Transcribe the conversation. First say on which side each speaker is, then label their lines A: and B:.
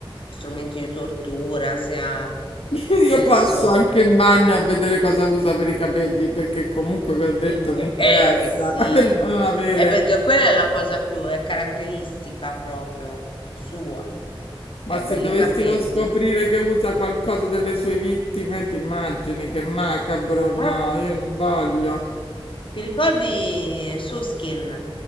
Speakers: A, on the left; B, on the left.
A: strumenti di tortura, se ha,
B: <laughs>
A: che
B: Io
A: ne
B: passo
A: so,
B: anche in bagno a vedere cosa usa per i capelli, perché comunque, come ho detto,
A: Eh,
B: mi interessa
A: eh, sì,
B: <laughs> non avere...
A: è perché quella è la cosa più, è caratteristica proprio sua,
B: Ma
A: è
B: se
A: belli
B: dovessimo
A: capelli.
B: scoprire che usa qualcosa delle sue vittime, ti immagini che macabro? No,
A: Eh?
B: io non voglio.
A: Ti ricordi Suskin?